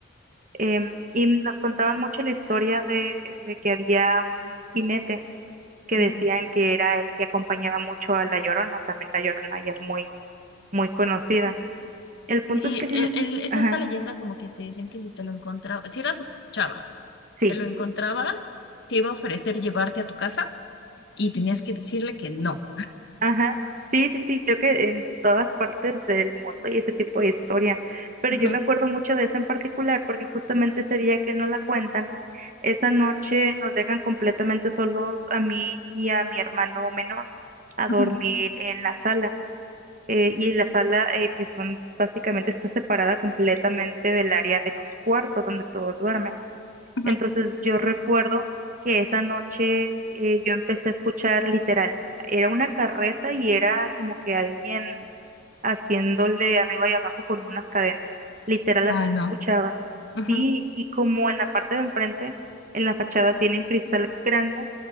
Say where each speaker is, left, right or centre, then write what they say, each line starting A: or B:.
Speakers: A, on the right (about 40°); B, on the left (about 60°).
A: Em, y nos contaban mucho la historia de, de que había un jinete que decían
B: Ujú.
A: que era el que acompañaba mucho a La Llorona, también La Llorona ya es muy, muy conocida. El punto
B: Sí,
A: es que sí
B: el,
A: nos...
B: el- es
A: Ajá,
B: esta leyenda como que te dicen que si te lo encontrabas, si eras chava,
A: sí.
B: te lo encontrabas, te iba a ofrecer llevarte a tu casa. y tenías que decirle que no.
A: Ajá, sí, sí, sí, creo que en todas partes del mundo y ese tipo de historia, pero
B: Ujú,
A: yo me acuerdo mucho de esa en particular porque justamente ese día que no la cuentan, esa noche nos dejan completamente solos a mí y a mi hermano menor a
B: ujú,
A: dormir en la sala eh, y la sala eh, pues son básicamente está separada completamente del área de los cuartos donde todos duermen.
B: ujú.
A: Entonces yo recuerdo que esa noche eh, yo empecé a escuchar literal, era una carreta y era como que alguien haciéndole arriba y abajo con unas cadenas. Literal así
B: Ay,
A: se
B: no.
A: escuchaba. Sí,
B: Ujú,
A: y como en la parte de enfrente, en la fachada tienen cristal grande,